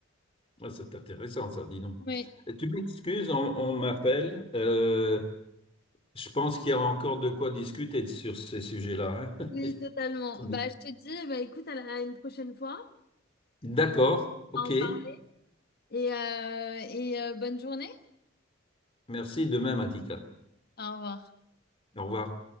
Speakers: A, on the left; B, on the left.
A: Ah, c'est intéressant, ça, dis donc.
B: Oui.
A: Et tu m'excuses, on, on m'appelle. Euh, je pense qu'il y a encore de quoi discuter sur ces sujets-là. hein.
B: Oui,
A: <laughs>
B: totalement. Bah, je te dis, bah, écoute, à la- à une prochaine fois.
A: D'accord, ok.
B: On parle. Et, euh, et euh, bonne journée.
A: Merci, de même, Atika.
B: Au revoir.
A: Au revoir.